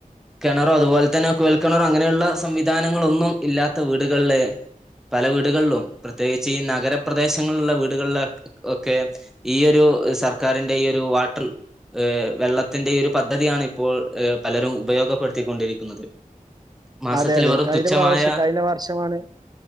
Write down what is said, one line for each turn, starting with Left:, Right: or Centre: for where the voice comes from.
Centre: കിണറോ അതുപോലെ തന്നെ കുഴൽ കിണറോ അങ്ങനെയുള്ള സംവിധാനങ്ങളൊന്നും ഇല്ലാത്ത വീടുകളില് പല വീടുകളിലും പ്രത്യേകിച്ച് ഈ നഗരപ്രദേശങ്ങളിലുള്ള വീടുകളില ഒക്കെ ഈ ഒരു സ സർക്കാരിന്റെഈ ഒരു വാട്ടർ വെള്ളത്തിന്റെ ഒരു പദ്ധതിയാണ് ഇപ്പോൾ പലരും ഉപയോഗപ്പെടുത്തിക്കൊണ്ടിരിക്കുന്നത് മാസത്തിൽ
Right: അതെ അതെ
Centre: വെറും
Right: കഴിഞ്ഞ
Centre: തുച്ഛമായ
Right: പ്രാവശ്യം കഴിഞ്ഞ വർഷമാണ്